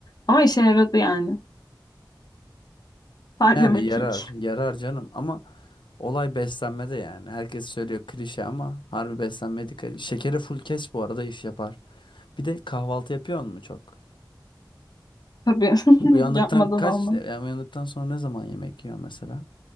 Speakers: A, on the left; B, on the left.
A: Ama işe yaradı yani. Sadece
B: Yani
A: mekik.
B: yarar yarar canım ama olay beslenmede yani. Herkes söylüyor klişe ama harbi beslenmeye dikkat edin. Şekeri full kes bu arada iş yapar. Bir de kahvaltı yapıyor mu çok?
A: <laughs> Tabii
B: Uyandıktan
A: <laughs> yapmadan
B: kaç
A: olmaz.
B: yani uyandıktan sonra ne zaman yemek yiyor mesela?